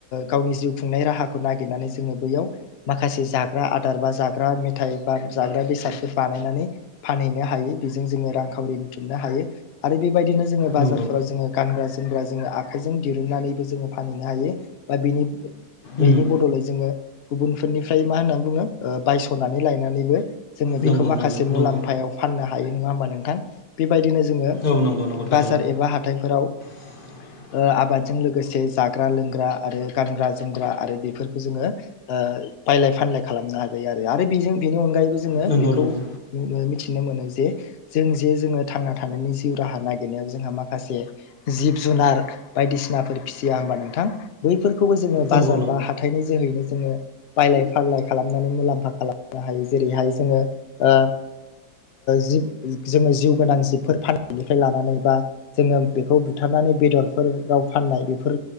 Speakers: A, on the left (about 70°); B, on the left (about 35°).
A: गावनि जिउ खुंनाय राहाखौ नागिरनानै जोङो माखासे जाग्रा आदार बा जाग्रा मेथाइ बा जाग्रा बेसाद बानायनानै फानहैनो हायो बेजों जोङो रांखावरि बुथुमनो हायो। आरो बेबायदिनो जोङो बाजारफोराव
B: नंगौ
A: जोङो गानग्रा जोमग्रा जोङो आखाइजों दिरुननानैबो जोङो फानहैनो हायो। बा बिनि बेनि
B: उम
A: बदलै जोङो गुबुनफोरनिफ्राय मा होनना बुङो बायस'नानै लायनानैबो जोङो बेखौ
B: नंगौ
A: माखासे
B: नंगौ
A: मुलाम्फायाव
B: नंगौ
A: फाननो हायो नङा होमबा नोंथां बेबायदिनो जोङो।
B: औ नंगौ नंगौ थारैनो
A: बाजार एबा हाथायफोराव
B: <inaudible>
A: ओ आबादजों लोगोसे जाग्रा लोंग्रा आरो गानग्रा जोमग्रा आरो बेफोरखौ जोङो ओ बायलाय फानलाय खालामनो हागायो आरो आरो बेजों बेनि अनगायैबो जोङो
B: नंगौ
A: बेखौ
B: नंगौ
A: मिथिनो मोनो। जे जों जे जोङो थांना थानायनि जिउ राहा नागिरनायाव जोंहा माखासे जिब जुनार बायदिसिनाफोर फिसिया होमबा नोंथां बैफोरखौबो जोङो
B: नंगौ
A: बाजार बा हाथाइनि जोहैनो जोङो बायलाय फारलाय खालामनानै मुलाम्फा खालामनो हायो जेरैहाय जोङो ओ जिब जोङो जिउ गोनां जिबफोर फाननायनिफ्राय लानानै बा जोङो बेखौ बुथारनानै। माने बिथिंफोर गाव फाननाय बेफोर